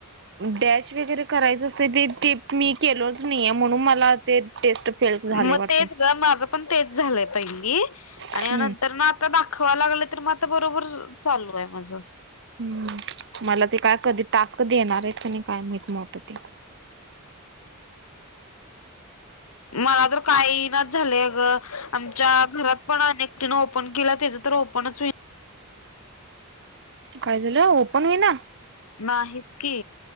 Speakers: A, on the right; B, on the left.
A: डॅश वगैरे करायचं असतय ते टिप मी केलोच नाहीये म्हणून मला ते टेस्ट फेल झाले
B: मग
A: वाटतं
B: तेच ग माझ पण तेच झालय पहिली आणि
A: हम्म
B: नंतर आता दाखवायला लागल तर म आता बरोबर चालू आहे माझ
A: हम्म मला ते काय कधी टास्क देणार आहेत की नाही काय माहित मत आता ते
B: मला तर काही ई नाच झालं अ ग आमच्या घरात पण अनेक एकटीन ओपन केल्या तीज तर ओपणच हो
A: काय झालं ओपन होई ना
B: नाहीच की